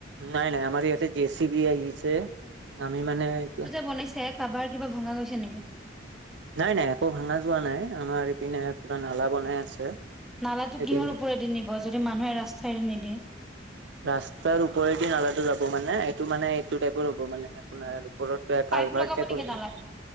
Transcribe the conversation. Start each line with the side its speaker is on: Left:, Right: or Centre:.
Right: নাই নাই আমাৰ ইয়াতে জে চি বি আহিছে আমি মানে এতিয়া।
Centre: বনাইছেক। কাবাৰ কিবা ভঙা গৈছে নেকি?
Right: নাই নাই একো ভাঙা যোৱা নাই আমাৰ ইপিনে পুৰা নালা বনাই আছে।
Centre: নালাটো
Right: এইপিনে
Centre: কিহৰ ওপৰেদি নিব যদি মানুহে ৰাস্তাইদি নিদিয়ে।
Right: ৰাস্তাৰ ওপৰেদি নালাটো যাব মানে এইটো মানে এইটো টাইপৰ হ'ব মানে আপোনাৰ ওপৰত। তই
Centre: পাইপ
Right: কালভাৰ্ট
Centre: লগাব
Right: টাইপৰ
Centre: নেকি
Right: হ'ব।
Centre: নালাত?